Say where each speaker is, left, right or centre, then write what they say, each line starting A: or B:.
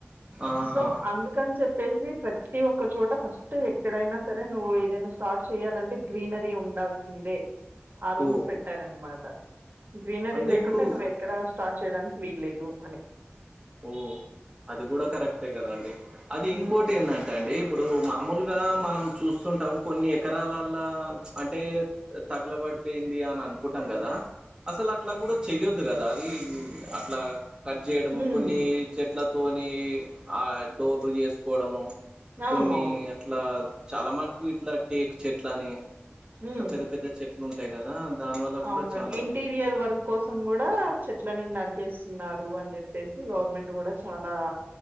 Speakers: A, on the right; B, on the right.
A: ఆహా
B: సో అందుకని చెప్పేసి ప్రతి ఒక్క చోట ఫస్ట్ ఎక్కడైనా సరే నువ్వు ఏదన్న స్టార్ట్ చెయాలంటే గ్రీనరీ ఉండాల్సిందే ఆ రూల్స్
A: ఓ
B: పెట్టారనమాట గ్రీనరీ
A: అంటే
B: లేకుండా
A: ఇప్పుడు
B: నువ్వు ఎక్కడ స్టార్ట్ చేయడానికి వీల్లేదు అని
A: ఓ అది కూడా కరెక్టే కదా అండి అది
B: హ్మ్.
A: ఇంకోటి ఏంది అంటే అండి ఇప్పుడు మామూలుగా మనం చూస్తుంటాం కొన్ని ఎకరాలలో అంటే తగలబడిపోయింది అ అనుకుంటాం కదా అసలు అట్లా కూడా చెయ్యొద్దు కదా అది అట్లా కట్ చేయడం
B: హ్మ్.
A: కొన్ని చెట్లతోని ఆ డోర్ లు చేసుకోవడము
B: అవునవును.
A: కొన్ని అట్లా చాలా మాటుకు ఇట్లా టేక్ చెట్లని అట్ల
B: హ్మ్.
A: పెద్ద పెద్ద చెట్లు ఉంటాయి కదా దానివల్ల
B: అవును
A: కూడా
B: మరి
A: చాలా
B: ఇంటీరియర్ వర్క్ కోసం కూడా చెట్లని నరికేసు న్నారు అని చెప్పేసి గవర్నమెంట్ కూడా చాలా